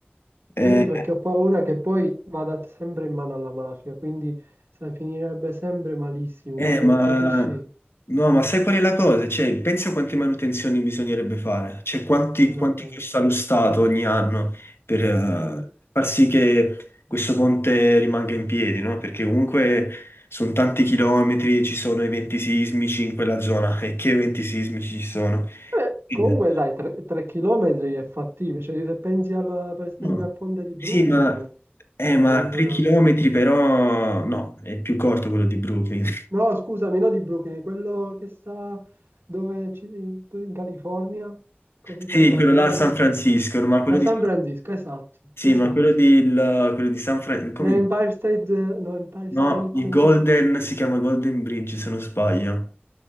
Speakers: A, on the left; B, on the right.
A: Eh,
B: anche perché ho paura che poi vada sempre in mano alla mafia, quindi sai, finirebbe sempre malissimo,
A: Eh,
B: perché
A: ma
B: capisci?
A: no, ma sai qual è la cosa? Cioè, pensa quante manutenzioni bisognerebbe fare, cioè quanti,
B: Eh, no,
A: quanti
B: è
A: costa
B: assurdo.
A: lo Stato ogni anno per eh,
B: Mm.
A: far sì che questo ponte rimanga in piedi, no? Perché comunque sono tanti chilometri, ci sono eventi sismici in quella zona, e che eventi sismici ci sono?
B: Eh,
A: Eh,
B: comunque dai, 3 chilometri è fattibile, cioè se pensi alla- per esempio
A: no.
B: a Ponte di
A: Sì,
B: Brooklyn,
A: ma, eh, ma
B: o comunque
A: 3
B: a
A: chilometri però no, è più corto quello di Brooklyn. <laughs>
B: No, scusami, no di Brooklyn, quello che sta dove ci- in, in California, così si
A: Sì,
B: chiama,
A: quello
B: quello
A: là a San
B: do-
A: Francisco, no, ma quello
B: a San
A: di
B: Francisco, esatto,
A: Sì,
B: esatto.
A: ma quello di, il- quello di San Francisco,
B: L'Empire State, no, Empire
A: no,
B: State,
A: il Golden si chiama Golden Bridge, se non sbaglio.